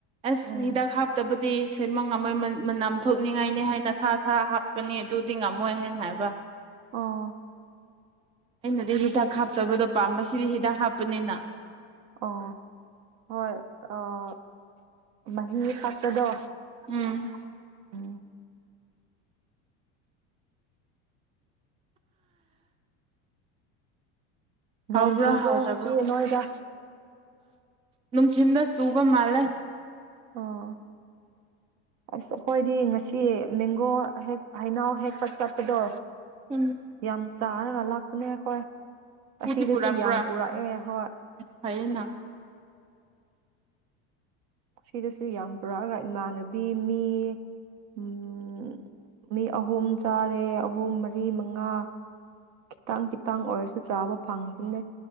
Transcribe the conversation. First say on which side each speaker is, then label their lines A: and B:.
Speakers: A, on the right (about 20°); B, on the right (about 55°).
A: ꯑꯁ
B: ꯎꯝ
A: ꯍꯤꯗꯥꯛ ꯍꯥꯞꯇꯕ ꯗꯤ ꯁꯦꯝꯕ ꯉꯝꯃꯣꯏ ꯃꯅ ꯃꯅꯝ ꯊꯣꯛꯅꯤꯡꯉꯥꯏꯅꯤ ꯍꯥꯏꯅ ꯊꯥ ꯊꯥ ꯍꯥꯞꯀꯅꯤ ꯑꯗꯨꯗꯤ ꯉꯝꯃꯣꯏ ꯍꯥꯏꯅ ꯍꯥꯏꯕ
B: ꯑꯣ
A: ꯑꯩꯅꯗꯤ ꯍꯤꯗꯥꯛ ꯍꯥꯞꯇꯕꯗꯣ ꯄꯥꯝꯕ ꯁꯤꯗꯤ ꯍꯤꯗꯥꯛ ꯍꯥꯞꯄꯅꯤꯅ
B: ꯑꯣ ꯍꯣꯏ ꯑꯥ ꯃꯍꯤ <unintelligible> ꯗ
A: ꯎꯝ
B: ꯎꯝ ꯅꯣꯡ
A: ꯍꯥꯎꯕ꯭ꯔꯥ
B: ꯆꯨꯕ꯭ꯔꯣ
A: ꯍꯥꯎꯇꯕ꯭ꯔꯣ
B: ꯉꯁꯤ ꯅꯣꯏꯗ
A: ꯅꯨꯡꯊꯤꯟꯗ ꯆꯨꯕ ꯃꯥꯜꯂꯦ
B: ꯑꯣ ꯑꯁ ꯑꯈꯣꯏꯗꯤ ꯉꯁꯤ ꯃꯦꯡꯒꯣ ꯍꯦꯛ ꯍꯩꯩꯅꯧ ꯍꯦꯛꯄ ꯆꯠꯄꯗꯣ
A: ꯎꯝ
B: ꯌꯥꯝ ꯆꯥꯔꯒ ꯂꯥꯛꯄꯅꯦ ꯑꯈꯣꯏ
A: ꯄꯨꯗꯤ
B: ꯑꯁꯤꯗꯁꯨ
A: ꯄꯨꯔꯛꯄ꯭ꯔꯥ
B: ꯌꯥꯝ ꯄꯨꯔꯛꯑꯦ ꯍꯣꯏ
A: ꯐꯩꯌꯦꯅ
B: ꯁꯤꯗꯁꯨ ꯌꯥꯝ ꯄꯨꯔꯛꯑꯒ ꯏꯃꯥꯟꯅꯕꯤ ꯃꯤ ꯎꯝ ꯃꯤ ꯑꯍꯨꯝ ꯆꯥꯔꯦ ꯑꯍꯨꯝ ꯃꯔꯤ ꯃꯉꯥ ꯈꯤꯇꯪ ꯈꯤꯇꯪ ꯑꯣꯏꯔꯁ ꯆꯥꯕ ꯐꯪꯈꯤꯝꯅꯦ